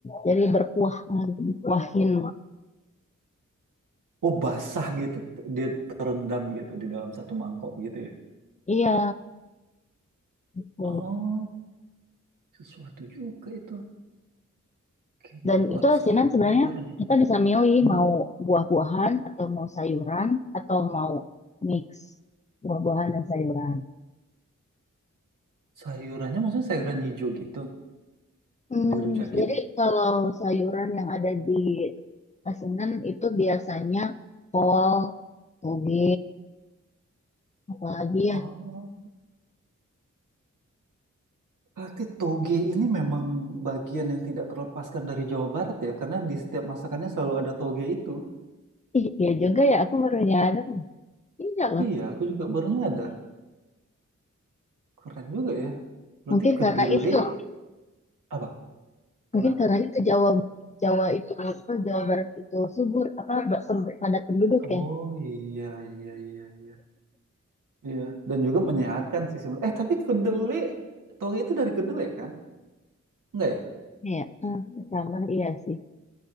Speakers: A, on the left; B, on the right.
A: Jadi berkuah gitu, dikuahin.
B: Oh basah gitu dia terendam gitu di dalam satu mangkok gitu ya
A: Iya, gitu.
B: oh sesuatu juga itu kayaknya
A: Dan
B: aku
A: itu
B: harus
A: asinan
B: ke
A: sebenarnya
B: Bogor nih
A: kita bisa milih
B: Hmm.
A: mau buah-buahan atau mau sayuran atau mau mix buah-buahan dan sayuran.
B: sayurannya maksudnya sayuran hijau gitu
A: Hmm,
B: dirujakin
A: jadi kalau sayuran yang ada di Asinan itu biasanya kol, toge, apalagi
B: Oh.
A: ya.
B: Berarti toge ini memang bagian yang tidak terlepaskan dari Jawa Barat ya, karena di setiap masakannya selalu ada toge itu.
A: Ih, iya juga ya, aku baru nyadar. Iya loh.
B: Iya, aku juga baru nyadar. Keren juga ya. Berarti
A: Mungkin
B: kedelai
A: karena itu loh.
B: apa?
A: Mungkin
B: Kenapa?
A: karena itu Jawa Jawa itu apa, Jawa Barat itu subur apa ba- pem- padat penduduk
B: Oh
A: ya.
B: iya iya iya iya. Iya, dan juga menyehatkan sih sebenarnya. Eh, tapi kedelai toge itu dari kedelai kan? Enggak ya?
A: Iya, ah, sama iya sih.